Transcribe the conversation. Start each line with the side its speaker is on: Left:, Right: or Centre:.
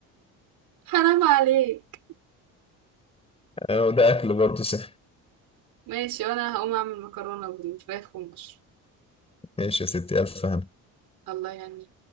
Right: <laughs> حرام عليك
Left: أه، وده أكل برضه صحي
Right: ماشي وانا هقوم اعمل مكرونة بالفراخ والمشروم
Left: ماشي يا ستي ألف هنا
Right: الله يعني